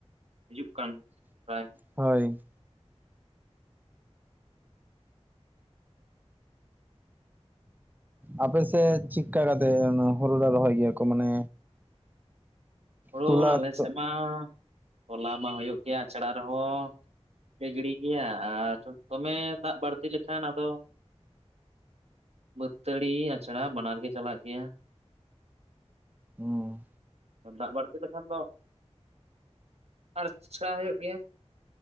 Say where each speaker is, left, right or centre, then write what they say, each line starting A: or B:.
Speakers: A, on the right; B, on the right.
A: ᱦᱤᱡᱩᱜ ᱠᱟᱱ ᱛᱟᱭ᱾
B: ᱦᱚᱭ ᱟᱯᱮ ᱥᱮᱫ ᱪᱤᱠᱟ ᱠᱟᱛᱮ ᱱᱚᱶᱟ ᱦᱩᱲᱩ ᱫᱚ ᱨᱚᱦᱚᱭ ᱜᱮᱭᱟ ᱠᱚ ᱢᱟᱱᱮ
A: ᱦᱩᱲᱩ
B: ᱛᱚᱞᱟ
A: ᱟᱞᱮ
B: ᱛᱚ
A: ᱥᱮᱫ ᱢᱟ ᱦᱚᱞᱟ ᱢᱟ ᱦᱩᱭᱩᱜ ᱜᱮᱭᱟ ᱟᱪᱲᱟ ᱨᱮᱦᱚᱸ ᱞᱮ ᱜᱤᱲᱤ ᱜᱮᱭᱟ ᱟᱨ ᱫᱚᱢᱮ ᱫᱟᱜ ᱵᱟᱹᱲᱛᱤ ᱞᱮᱠᱷᱟᱱ ᱟᱫᱚ ᱵᱟᱹᱛᱟᱹᱲᱤ ᱟᱪᱲᱟ ᱵᱟᱱᱟᱨ ᱜᱮ ᱪᱟᱞᱟᱜ ᱜᱮᱭᱟ᱾
B: ᱚ
A: ᱫᱟᱜ ᱵᱟᱹᱲᱛᱤ ᱞᱮᱠᱷᱟᱱ ᱫᱚ ᱟᱲᱪᱷᱟ ᱦᱩᱭᱩᱜ ᱜᱮᱭᱟ᱾